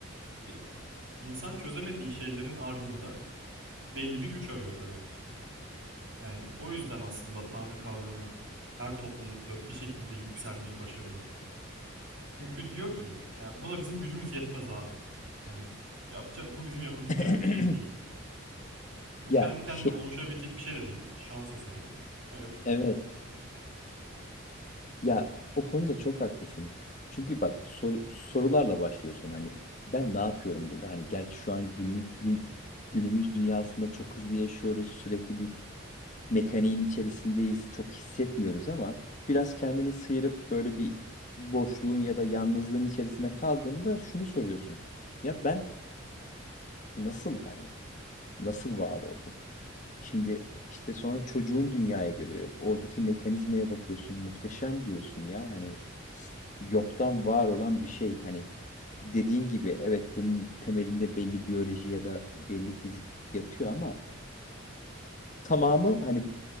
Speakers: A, on the right; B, on the left.
A: İşte insan çözemediği şeylerin ardında belli bir güç arıyor tabii. Yani o yüzden aslında Tanrı kavramı her toplulukta bir şekilde yükselmeyi başarıyor. Çünkü diyor ki yani buna bizim gücümüz yetmez abi. Hani yapacak bu bizim yapabileceğimiz
B: <clears throat>
A: bir şey değil. Bu
B: Ya
A: kendi kendine
B: şey,
A: oluşabilecek bir şey de değil. Şans eseri. Evet.
B: evet. Ya o konuda çok haklısın. Çünkü bak sor- sorularla başlıyorsun. Hani ben ne yapıyorum burada? Hani gerçi şu an günlük, gün- günümüz dünyasında çok hızlı yaşıyoruz. Sürekli bir mekaniğin içerisindeyiz. Çok hissetmiyoruz ama biraz kendini sıyırıp böyle bir boşluğun ya da yalnızlığın içerisinde kaldığında şunu soruyorsun. Ya ben nasıl hani Nasıl var oldum? Şimdi işte sonra çocuğun dünyaya görüyor. Oradaki mekanizmaya bakıyorsun. Muhteşem diyorsun ya. Hani s- yoktan var olan bir şey. Hani dediğin gibi evet bunun temelinde belli biyoloji ya da belli fizik yatıyor ama tamamı hani